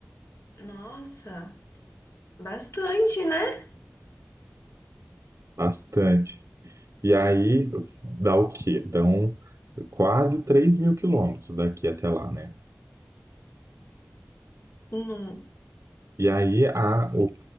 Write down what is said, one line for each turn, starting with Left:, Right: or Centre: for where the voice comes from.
Left: Nossa, bastante, né?
Right: bastante. E aí, dá o quê? Dão quase três mil quilômetros daqui até lá, né?
Left: Hum.
Right: E aí, a, o,